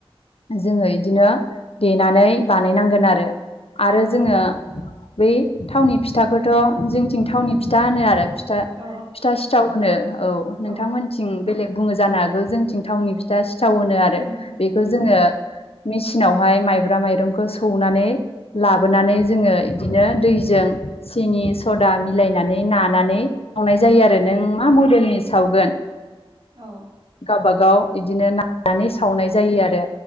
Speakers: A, on the left (about 75°); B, on the right (about 55°).
A: जोङो इदिनो देनानै बानायनांगोन आरो। आरो
B: औ
A: जोङो बै थावनि फिथाखौथ' जोंथिं थावनि
B: उम
A: फिथा होनो आरो। था
B: औ
A: फिथा सिथाव होनो औ नों नोंथांमोनथिं
B: औ
A: बेलेग बुङो जानो हागौ जोंथिं थावनि फिथा सिथाव होनो आरो
B: उम उम
A: बेखौ
B: उम
A: जोङो मेचिनावहाय माइब्रा माइरंखौ सौनानै लाबोनानै
B: औ
A: जोङो इदिनो दैजों सिनि सदा मिलायनानै नानानै सावनाय जायो
B: औ
A: आरो नों मा मडेलनि सावगोन
B: औ।
A: गावबागाव बिदिनो ननानै सावनाय जायो आरो